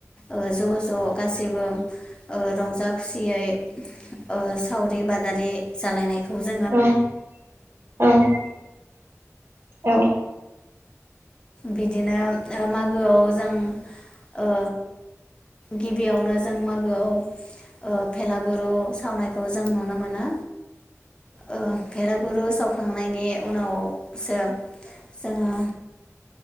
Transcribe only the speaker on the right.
औ औ औ